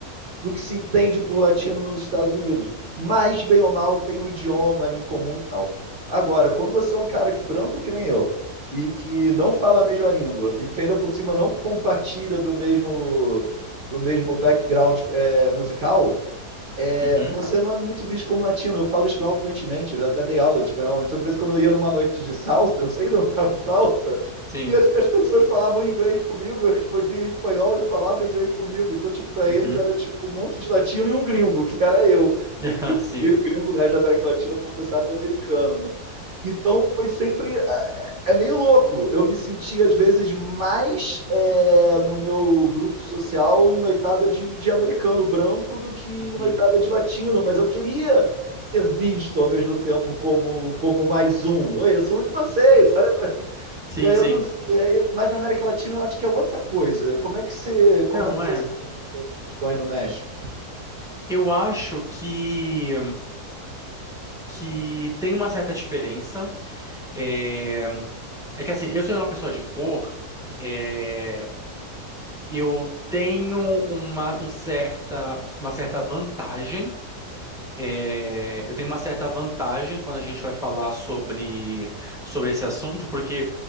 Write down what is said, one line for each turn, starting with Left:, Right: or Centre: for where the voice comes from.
Right: do que se entende por latino nos Estados Unidos. Mas, bem ou mal, tem o idioma ali em comum e tal. Agora, quando você é um cara que, branco que nem eu, e que não fala a mesma língua, e que ainda por cima não compartilha do mesmo, do mesmo background é, musical, é,
Centre: Uhum,
Right: você não é muito visto como latino. Eu falo espanhol fluentemente, eu já até dei aula de espanhol. Então, de vez em quando eu ia numa noite de salsa, eu sei dançar salsa,
Centre: sim.
Right: e as, as, pessoas falavam inglês comigo, eu respondia em espanhol e falavam inglês comigo. Então, tipo, para
Centre: Uhum,
Right: eles era tipo um monte de latino e um gringo, que era eu.
Centre: <laughs>
Right: Porque
Centre: aham, sim.
Right: gringo, gringo no resto da América Latina, como você sabe, é americano, né? Então foi sempre é meio louco. Eu me senti, às vezes, mais é, no meu grupo social em noitada de, de americano branco do que
Centre: Uhum,
Right: em noitada de latino, mas eu queria ser visto ao mesmo tempo como, como mais um. Oi, eu sou um de vocês,
Centre: uhum.
Right: olha para mim.
Centre: Sim,
Right: E aí
Centre: sim.
Right: eu não, e aí, mas na América Latina eu acho que é outra coisa. Como é que você, como
Centre: Não,
Right: é que você
Centre: é.
Right: sente essa questão aí no México?
Centre: Eu acho que que tem uma certa diferença. É, é que assim, eu sou uma pessoa de cor, é, eu tenho uma, um certa, uma certa vantagem é, eu tenho uma certa vantagem quando a gente vai falar sobre, sobre esse assunto, porque